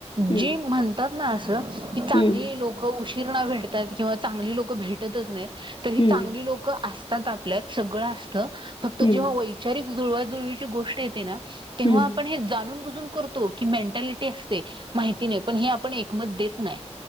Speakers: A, on the left; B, on the right.
A: हम्म
B: जी म्हणतात. मासं <unintelligible> की चांगली
A: हम्म
B: लोक उ किरणा भेटतात किंवा चांगली लोक भेटतच नाहीत. त ह
A: हम्म
B: चांगली लोक असतात. आपल्यात सगळं असतं, फक्त
A: हम्म
B: जेवा वैचारिक जुळवाजुळवीची गोष्ट येते ना, तेव्हा
A: हं.
B: आपण हे जाणून बुजून करतो की, मेंटॅलिटी असते, माहिती नाही, पण हे आपण एकमत देत नाही.